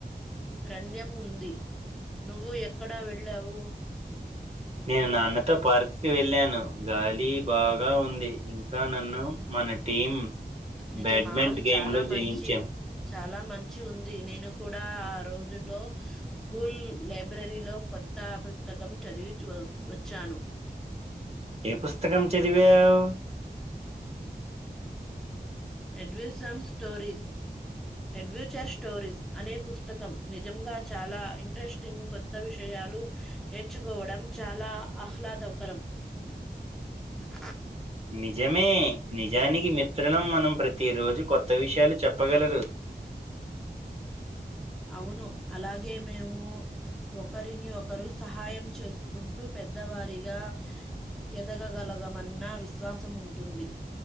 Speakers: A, in the centre; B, on the right.
A: రణ్యం ఉంది నువ్వు ఎక్కడా వెళ్ళావు?
B: నేను నాన్నతో పార్క్కి వెళ్ళాను గాలి బాగా ఉంది ఇంకా నన్ను మా మన టీం
A: నిజమా
B: బ్యాడ్మింట్ గేమ్
A: చాలా
B: లో
A: మంచి
B: జయించాం
A: చాలా మంచి చి ఉంది నేను కూడా ఆ రోజుల్లో స్కూల్ లైబ్రరీ లో కొత్త పుస్తకం చదివి వచ్చాను
B: ఏ పుస్తకం చదివావ్
A: ఎడ్విసమ్ స్టోరీస్ అడ్వెంచర్ స్టోరీస్ అనే పుస్తకం నిజంగా చాలా ఇంట్రెస్టింగ్ కొత్త విషయ నేర్చుకోవడం చాలా ఆహ్లాదకరం <unintelligible>
B: నిజమే నిజానికి మిత్రణం మనం ప్రతి రోజు కొత్త విషయాలు చెప్పగలరు
A: అవును అలాగే మేము ఒకరిని ఒకరు సహాయం చేసుకుంటూ పెద్దవా సరిగా ఎదగగలగమన్న విశ్వాసము ఉంటుంది.